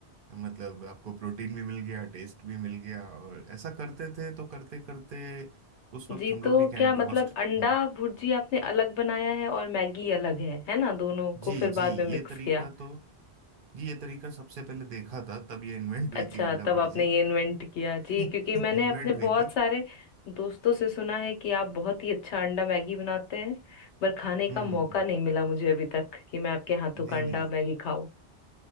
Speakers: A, on the right; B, on the left.
A: मतलब आपको प्रोटीन भी मिल गया टेस्ट भी मिल गया और ऐसा करते थे तो करते करते उस वक्त
B: जी
A: हम लोग
B: तो
A: भी कैंट
B: क्या मतलब
A: हॉस्ट
B: अंडा
A: हम्म,
B: भुर्जी आपने अलग बनाया है और मैगी अलग है है ना दोनों को
A: जी
B: फिर
A: जी
B: बाद में मिक्स
A: ये तरीका
B: किया
A: तो जी ये तरीका सबसे पहले देखा था तब ये इन्वेंट हुई
B: अच्छा
A: थी अंडा
B: तब
A: भुर्जी
B: आपने ये इन्वेंट किया
A: <laughs>
B: जी क्योंकि मैंने
A: इन्वेंट
B: अपने
A: हुई
B: बहुत
A: थी
B: सारे दोस्तों से सुना है कि आप बहुत ही अच्छा अंडा मैगी बनाते हैं पर खाने का
A: हम्म
B: मौका
A: हम्म,
B: नहीं मिला मुझे अभी तक कि मैं आपके हाथों
A: नहीं
B: का अंडा
A: नहीं
B: मैगी खाऊं